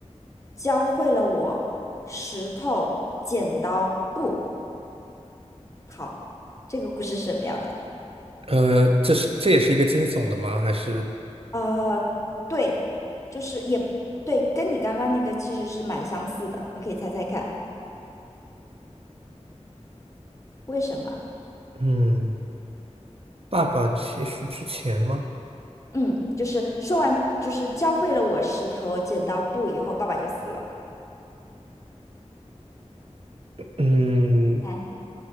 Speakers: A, on the left; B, on the right.
A: 教会了我石头、剪刀、布。好，这个故事是什么样的？
B: 呃，这是这也是一个惊悚的吗？还是
A: 呃，对，就是也对，跟你刚刚那个其实是蛮相似的，你可以猜猜看，为什么？
B: 嗯，爸爸去世之前吗？
A: 嗯，就是说完，就是教会了我石头剪刀布以后，爸爸就死了。
B: 嗯，
A: 来，